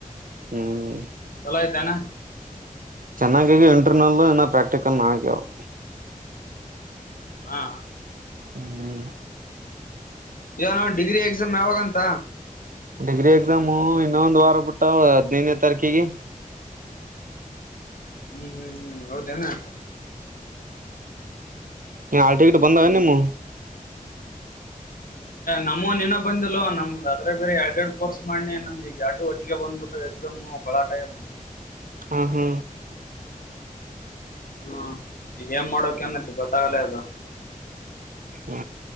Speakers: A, on the right (about 70°); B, on the left (about 75°).
A: ಹ್ಮ್
B: ಚಲೋ ಆಯ್ತಾನ.
A: ಚೆನ್ನಾಗೀ ಇಂಟ್ರರ್ನಲ್ಲು ಇನ್ನ ಪ್ರಾಕ್ಟಿಕಲ್ ನಾಗ್ಯಾವ್.
B: ಹಾ
A: ಹ್ಮ್
B: ಏನೋ ಡಿಗ್ರಿ ಎಕ್ಸಾಮ್ ಯಾವಾಗಂತ?
A: ಡಿಗ್ರಿ ಎಕ್ಸಾಮು ಇನ್ನೊಂದ್ ವಾರ ಕೊಟ್ಟಾವ ಹದ್ನೈದನೇ ತಾರೀಕಿಗೆ.
B: ಹ್ಮ್ ಹ್ಮ್ ಹ್ಮ್ ಹೌದೇನಾ?
A: ಏ ಹಾಲ್ ಟಿಕೆಟು ಬಂದವೆನ್
B: ಹ್ಮ್
A: ನಿಮ್ಮು?
B: ನಮ್ಮವ್ ಇನ್ನ ಬಂದಿಲ್ಲೋ ನಮ್ದ ಅದ್ರೆ ಬೇರೆ ಎರಡ್ ಎರಡ್ ಕೋರ್ಸ್ ಮಣ್ಣೆ ನಂದು ಈಗ ಎರ್ಡು ಒಟ್ಟಿಗೆ ಬಂದ್ಬಿಟ್ಟು ಎಕ್ಸಾಮ್ ಗೋಳಾಟ ಆಗೖತ.
A: ಹ್ಮ ಹ್ಮ
B: ಹ್ಮ್ ಈಗ ನ್ ಮಾಡೋಕೇನತಿ ಗೊತ್ತಾಗಲ್ಲ ಅದು.
A: ಹ